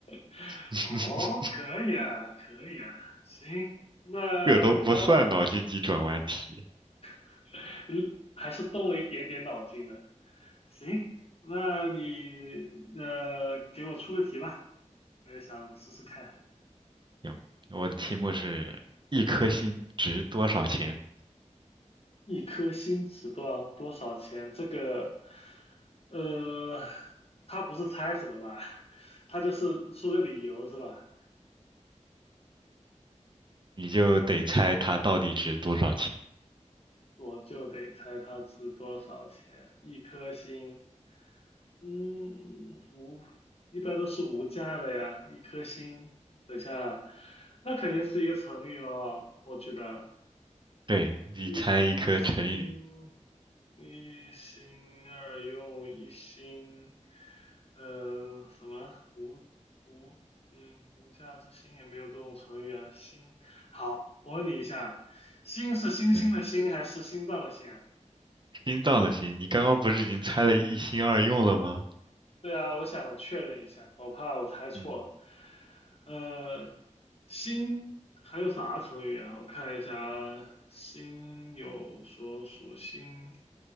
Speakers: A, on the left (about 55°); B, on the right (about 40°).
A: <laughs>
B: <laughs>
A: 哦，可以啊，可以啊，行，那你要
B: 这都不算脑筋急转弯题。
A: <laughs> 还是动了一点点脑筋的。行，那你呃给我出个题吧，我也想试试看。
B: 行，我的题目是一颗星值多少钱，
A: 一颗星值多少多少钱？这个，呃，他不是猜什么吧？他就是说个理由是吧？
B: 你就得猜它到底值多少钱。
A: 嗯，我就得猜它值多少钱。一颗星，嗯，无，一般都是无价的呀。一颗星，等一下，那肯定是一个成语咯，我觉得。
B: 对，你猜一颗成语，
A: 一心一心二用，一心，呃，什么无无，嗯，无价之心也没有这种成语啊。心，好，我问你一下，心是星星的心还是心脏的心啊？
B: 嗯，心脏的心，你刚刚不是已经猜了一心二用了吗？
A: 对啊，我想确认一下，我怕我猜错了。
B: 嗯，
A: 呃，心还有啥成语啊？我看一下啊，心有所属心，